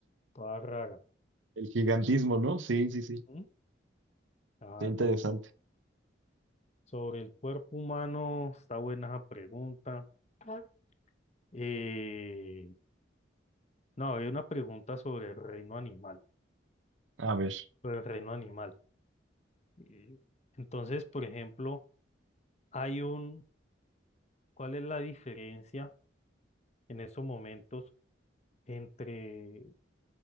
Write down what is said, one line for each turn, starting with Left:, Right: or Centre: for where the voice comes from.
Left: toda rara.
Right: El gigantismo, ¿no? Sí, sí, sí.
Left: ¿Mm? Ah,
Right: Está interesante.
Left: ya no. Sobre el cuerpo humano, está buena esa pregunta. Ajá. Eh, no, había una pregunta sobre el reino animal.
Right: A ver,
Left: Sobre el reino animal. Eh, entonces, por ejemplo, hay un, ¿cuál es la diferencia en estos momentos entre